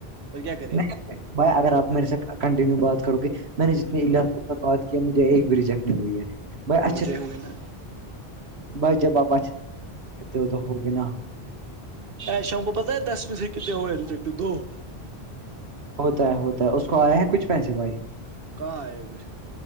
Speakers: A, on the right; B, on the right.
A: پھر کیا کرے
B: نہیں بھائی اگر آپ میرے سے کنٹینیو بات کرو گے- میں نے جتنی ال بات کیا مجھے ایک بری جکھنی ہوئی ہے بھائی اچھے
A: مجھے
B: سے
A: ہوئی نا
B: بھائی جب آپ اچھے کہتے ہو تو ہوگے نا
A: جاں ای شام کو پتا ہے دس پیسے کتنے ہوئے ریجیکٹ دو-
B: ہوتا ہے ہوتا ہے اس کو آیا ہے کچھ پیسے بھائی
A: کہاں آئے ابھی